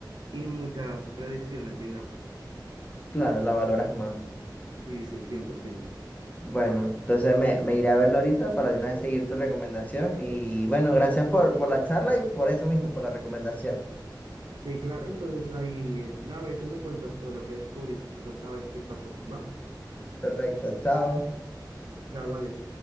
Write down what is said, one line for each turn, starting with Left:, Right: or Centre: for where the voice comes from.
Right: y muchas predicciones, digamos.
Left: Claro, la valoras más.
Right: Sí, sí, 100%.
Left: Bueno, entonces me, me iré a verlo ahorita para de una vez seguir tu recomendación. Y bueno, gracias por, por la charla y por eso mismo, por la recomendación.
Right: Sí, claro, entonces ahí eh, la ves y me cuentas todo lo que descubriste otra vez, qué pasó, ¿va?
Left: Perfecto, chao.
Right: Chao, adiós.